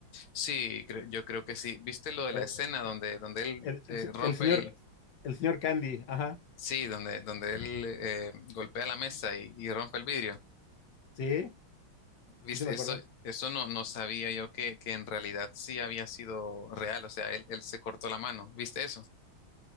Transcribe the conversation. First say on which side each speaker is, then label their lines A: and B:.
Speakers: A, on the left; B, on the left.
A: Sí, cre- yo creo que sí. ¿Viste lo de
B: El,
A: la escena donde, donde él
B: el-
A: eh,
B: el-
A: rompe
B: el señor,
A: el...
B: el señor Candy, ajá,
A: Sí, donde, donde él eh, golpea la mesa y, y rompe el vidrio.
B: sí,
A: ¿Viste?
B: sí, sí me acuerdo.
A: Eso, eso no, no sabía yo que, que en realidad sí había sido real. O sea, él, él se cortó la mano. ¿Viste eso?